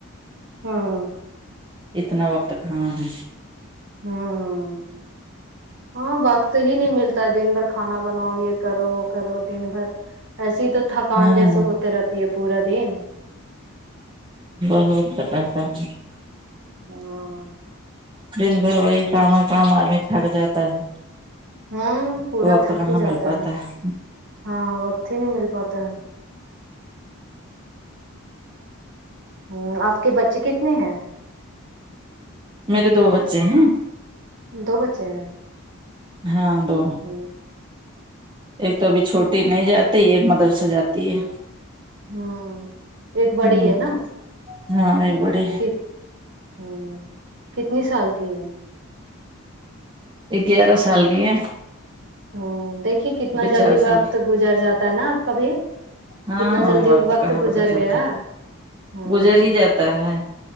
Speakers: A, on the right; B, on the right.
A: <unintelligible> ہوں
B: اتنا وقت کہاں ہے
A: ہوں ہاں وقت ہی نہیں ملتا دن بھر کھانا بناؤ یہ کرو وہ کرو دن بھر ایسیے تو تھکان
B: ہاں
A: جیسے ہوتے رہتی ہے پورا دن
B: <unintelligible>
A: ہاں
B: دن بھر وہی کام ہے کام آدمی تھک جاتا ہے
A: ہوں پورا
B: وقت
A: تھک
B: کہاں
A: ہی جاتا
B: مل پاتا ہے
A: ہاں وقت ہی نہیں مل پاتا ہے ہمم آپ کے بچے کتنے ہیں
B: میرے دو بچے ہے
A: دو بچے ہیں
B: ہاں دو
A: ہ
B: ایک تو ابھی چھوٹی
A: ہوں
B: نہیں جاتی ایک مدرس جاتی تی ہے
A: ہوں ایک بڑی
B: ہ
A: ہے نا
B: ہاں
A: ہمم
B: ایک بڑی
A: کھر ہوں کتنی سال کی ہے
B: ایک گیارہ سال گیا
A: ہاں دیکھیے کتنا جلدی
B: چار سال
A: وقت
B: کی
A: گزر جاتا ہے نا آپ کا بھی
B: ہاں
A: کتنا جلدی وقت
B: کہاں
A: گزر
B: پتا چلتا
A: گیا ہوں
B: گزر ہی جاتا ہے